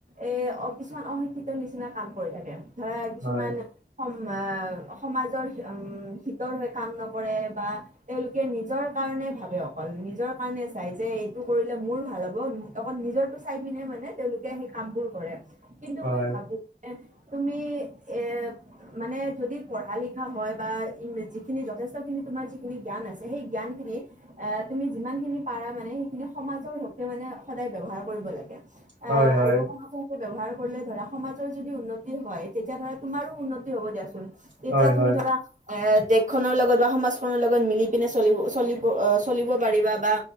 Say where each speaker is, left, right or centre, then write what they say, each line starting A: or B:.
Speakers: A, on the right; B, on the right.
A: এ অ কিছুমান অশিক্ষিত নিচিনা কাম কৰি থাকে। ধৰা
B: হয়
A: কিছুমান। সম আ সমাজৰ শিক্ষিতৰ হৈ কাম নকৰে বা তেওঁলোকে নিজৰ কাৰণে ভাবে অকল নিজৰ কাৰণে চাই যে এইটো কৰিলে মোৰ ভাল হ'ব অকল নিজৰটো চাই পিনে মানে তেওঁলোকে সেই কাম বোৰ কৰে কিন্তু
B: হয়
A: মই ভাবো তুমি এ মানে যদি পঢ়া লিখা হয় বা যিখিনি যথেষ্টখিনি তোমাৰ যিখিনি জ্ঞান আছে সেই জ্ঞানখিনি এ তুমি যিমান খিনি পাৰা মানে সেইখিনি সমাজৰ হকে মানে সদায় ব্যৱহাৰ কৰিব লাগে আ
B: হয় হয়
A: আৰু <unintelligible> ব্যৱহাৰ কৰিলে ধৰা সমাজৰ যদি উন্নতি হয় তেতিয়া ধৰা তোমাৰো উন্নতি হ'ব দিয়াচোন তেতিয়া
B: হয় হয়
A: তুমি
B: হয়
A: ধৰা এ দেশখনৰ লগত বা সমাজখনৰ লগত মিলি পিনে চলিব চলিব চলিব পাৰিবা বা